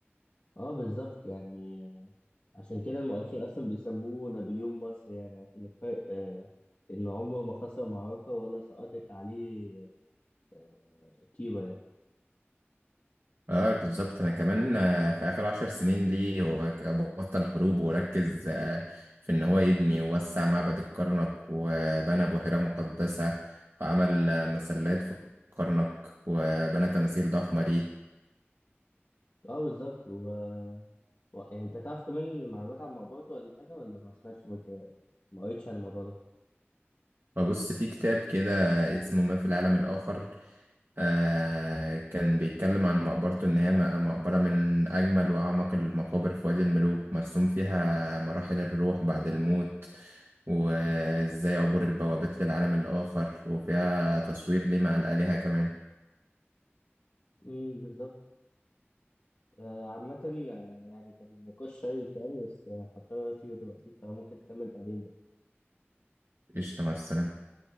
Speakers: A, on the left; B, on the right.
A: اه بالظبط يعني آه، عشان كده المؤرخين اصلا بيسموه نابليون مصر يعني عشان الفرق آه، ان عمره ما خسر معركة ولا سقطت عليه آه، طيبة يعني
B: اه بالظبط انا كمان آه، في اخر عشر سنين ليه هو ك- بطل حروب وركز آه، في ان هو يبني ووسع معبد الكرنك وبنى بحيرة مقدسة وعمل آه، مسلات في الكرنك وبنى تماثيل ضخمة ليه
A: اه بالظبط و... و... يعني انت تعرف كمان معلومات عن مقبرته ولا حاجة ولا ما سمعتش ما ك- ما قريتش عن الموضوع ده
B: فبص في كتاب كده اسمه ما في العالم الآخر آه كان بيتكلم عن مقبرته إن هي م- مقبرة من أجمل وأعمق المقابر في وادي الملوك مرسوم فيها مراحل الروح بعد الموت وإزاي عبور البوابات للعالم الآخر وفيها تصوير ليه مع الآلهة كمان
A: امم بالظبط آه، عامة آه، يعني كان نقاش شيق يعني بس آه، هضطر اطير دلوقتي فممكن نكمل بعدين بقى
B: قشطة مع السلامة